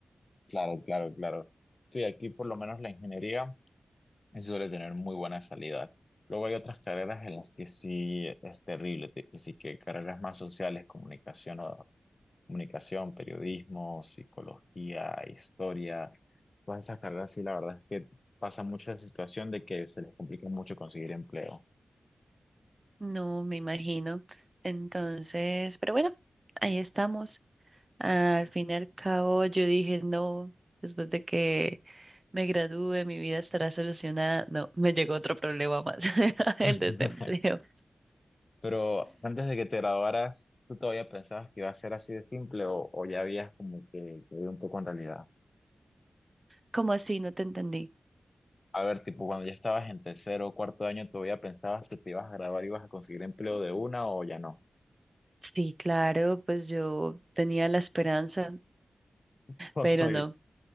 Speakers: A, on the left; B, on the right.
A: claro, claro, claro. Sí, aquí por lo menos la ingeniería eh, suele tener muy buenas salidas. Luego hay otras carreras en las que sí es terrible, te- que sí que carreras más sociales, comunicación o comunicación, periodismo, psicología, historia, todas estas carreras, sí, la verdad es que pasa mucho la situación de que se les complica mucho conseguir empleo.
B: No me imagino. Entonces, pero bueno, ahí estamos. Al fin y al cabo, yo dije, no, después de que me gradúe, mi vida estará solucionada. No, me llegó otro problema más, <laughs> el
A: <laughs>
B: desempleo.
A: Pero antes de que te graduaras, ¿tú todavía pensabas que iba a ser así de simple o, o ya habías como que, que ido un poco en realidad?
B: ¿Cómo así? No te entendí.
A: A ver, tipo, cuando ya estabas en tercero o cuarto año, ¿todavía pensabas que te ibas a graduar y ibas a conseguir empleo de una o ya no?
B: Sí, claro, pues yo tenía la esperanza,
A: <laughs>
B: pero
A: Oye,
B: no,